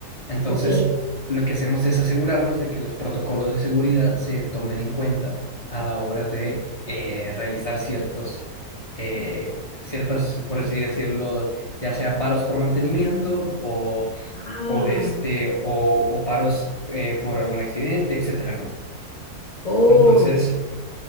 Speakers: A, on the left (about 35°); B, on the left (about 75°).
A: Entonces,
B: ok.
A: lo que hacemos es asegurarnos de que los protocolos de seguridad se tomen en cuenta a la hora de eh, realizar ciertos, eh, ciertas, por así decirlo, ya sea paros por mantenimiento o
B: Ah,
A: o de este, o, o paros eh, por algún accidente, etcétera, ¿no?
B: oh,
A: Entonces,